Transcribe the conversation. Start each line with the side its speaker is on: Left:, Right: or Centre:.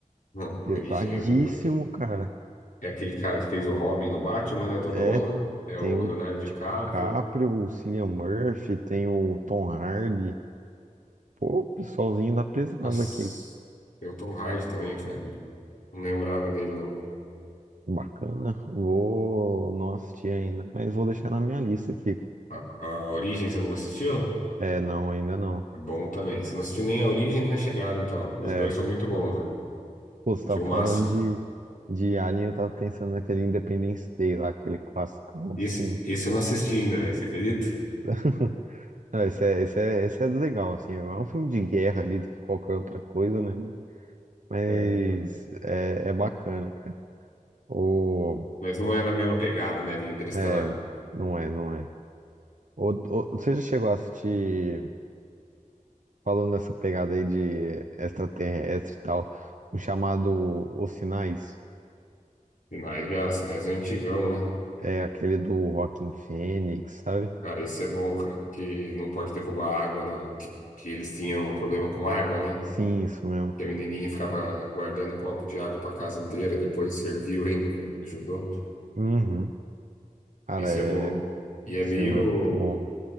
Left: Não, a
Right: Pesadíssimo,
Left: origem é do...
Right: cara.
Left: É aquele cara que fez o Robin no Batman, né, do
Right: É,
Left: Nolan, é
Right: tem
Left: o
Right: o
Left: Leonardo DiCaprio.
Right: DiCaprio, o Cillian Murphy, tem o Tom Hardy. Pô, pessoalzinho da pesada
Left: Nossa,
Right: aqui.
Left: tem o Tom Hardy também, cara, não lembrava dele, não.
Right: Bacana. Vou não assisti ainda, mas vou deixar na minha lista aqui.
Left: A, a Origem você não assistiu?
Right: É, não, ainda não.
Left: É bom também. Você não assistiu nem a Origem nem a Chegada, então. Os
Right: É,
Left: dois são muito bons, velho.
Right: pô, você tava
Left: Filmaço.
Right: falando de, de Alien, eu tava pensando naquele Independence Day lá, aquele classicão,
Left: Esse,
Right: assim.
Left: esse eu não assisti ainda, velho, você acredita?
Right: <laughs> Não, esse é, esse é, esse é legal, assim. É um filme de guerra ali do que qualquer outra coisa, né? Mas
Left: É, tá.
Right: é, é bacana, cara. Ou,
Left: mas não é na mesma pegada, né, de Interestelar.
Right: é, não é, não é. Ou, ou- você já chegou a assistir falando nessa pegada aí de extraterrestre e tal, o chamado Os Sinais
Left: Sinais já, Sinais é antigão, né?
Right: é aquele do Joaquin Phoenix, sabe?
Left: Cara, isso é bom, cara, que não pode derrubar água, na- que, que eles tinham um problema com água, né?
Right: Sim, isso mesmo.
Left: Que a menininha ficava guardando copo de água pra casa inteira, depois serviu ainda, pô, ajudou.
Right: Uhum. Cara,
Left: Isso
Right: é...
Left: é bom. E é
Right: esse
Left: meio,
Right: filme é muito bom.